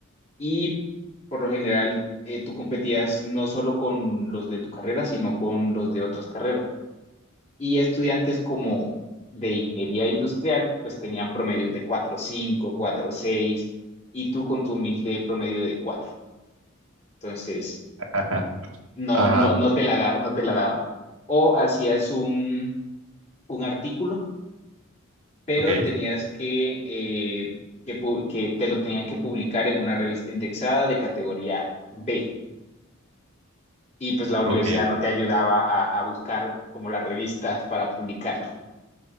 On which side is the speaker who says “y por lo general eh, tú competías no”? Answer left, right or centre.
Left